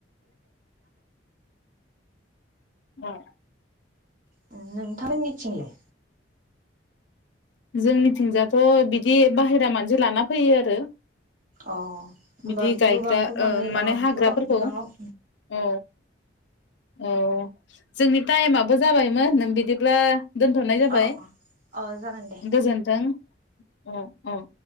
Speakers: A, on the left; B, on the right.
A: औ
B: <unintelligible> नोंथांमोनि थिंलाय
A: जोंनिथिंजायाथ बिदि बाहेरा मानसि लाना फैयो आरो
B: अह होमबा
A: बिदि गायग्रा
B: गोबां गोबाङै
A: ओ माने
B: औ
A: हाग्राफोरखौ
B: गोबां बिबाङाव
A: औ औ जोंनि टाइमाबो जाबायमोन बिदिब्ला दोनथनाय जाबाय
B: अ अ अ जागोन दे
A: गोजोन्थों अ